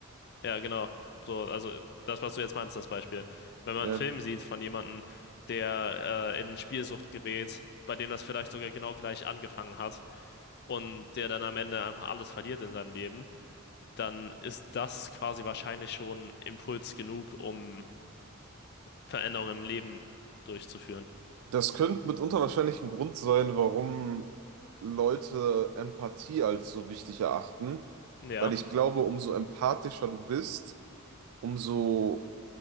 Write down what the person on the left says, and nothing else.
ja genau, so, also das, was du jetzt meinst, das Beispiel. Wenn man
einen Film sieht von jemandem, der äh, in Spielsucht gerät, bei dem das vielleicht sogar genau gleich angefangen hat und der dann am Ende einfach alles verliert in seinem Leben, dann ist das quasi wahrscheinlich schon Impuls genug, um Veränderungen im Leben durchzuführen.
Ja,